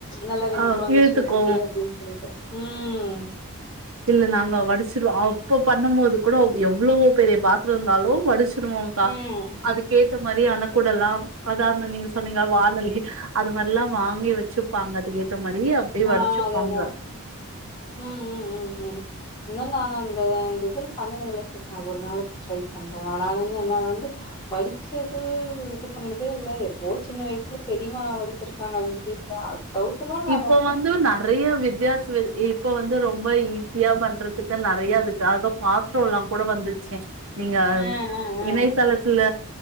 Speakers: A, on the left (about 20°); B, on the right (about 70°).
A: நல்லா வெந்துரு
B: ஆ
A: அந்த
B: இழுத்துக்கு
A: சூட்டுக்கு அப்டின்னு சொல்லிட்டு ம்
B: இல்ல நாங்க வடிச்சிடுவோ அப்போ பாத் பண்ணு போது கூட எவ்ளோவோ பெரிய பாத்திர இருந்தாலு வடிச் சொல்லுவோங்கா
A: ம்.
B: அதுக்கேத்த மாரி ஆனா கூடலா அதாவது நீங்க சொன்னீங்க வானொலி அது மாரில்லா வாங்கி வச்சுப்பாங்க <unintelligible> இந்த மாரி அப்டியே
A: ஆ
B: வடிச்சுப்பாங்க
A: அதான் அதான். ம் ம் ம் ம் இன்னு நாங்க அந்த அந்த இதுல பண்ணறது இல்ல சிஸ் நா ஒரு நாளைக்கு ட்ரை பண்றே ஆனாலு நா நா வந்து வலிச்சது இது பண்ணனது இல்ல எப்போ சின்ன வயசுல பெரிமா வடிச்சிருப்பாங்க அவிங்க வீட்ல தவுத்துலா நானு
B: இப்போ வந்து நெறைய வித்யாச இப்ப வந்து ரொம்ப ஈஸியா பண்றதுக்கு நெறைய அதுக்கு ஆக பாத்ரோல்லா கூட வந்துச் செரி நீங்க
A: ஆ ஆ ஆ
B: இணையதளத்துல